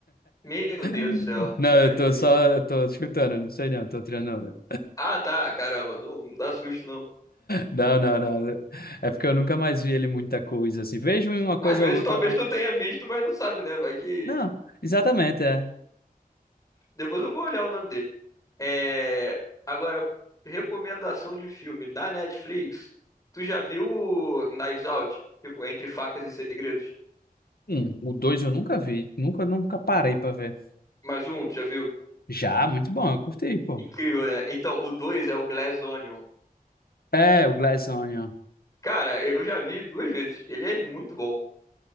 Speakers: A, on the left; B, on the left.
A: Meu
B: <laughs>
A: Deus do céu.
B: Não,
A: Deus
B: eu tô
A: me livre.
B: só, eu tô escutando, não sei não, tô tirando. onda.
A: Ah, tá, caramba. Não, não dá susto, não.
B: Não, não, não. É porque eu nunca mais vi ele em muita coisa assim. Vejo em uma coisa
A: Às vezes
B: ou outra,
A: talvez
B: mas.
A: tu tenha visto, mas não sabe, né? Vai que.
B: Não, exatamente, é.
A: Depois eu vou olhar o nome dele. É, Agora, recomendação de filme da Netflix. Tu já viu o Knives Out? Tipo, Entre Facas e Segredos.
B: Um, o dois eu nunca vi, nunca, nunca parei pra ver.
A: Mais um, tu já viu?
B: Já, muito bom, eu curti, pô.
A: Incrível, né? Então, o 2 é o Glass Onion.
B: É, o Glass Onion.
A: Cara, eu já vi duas vezes. Ele é muito bom.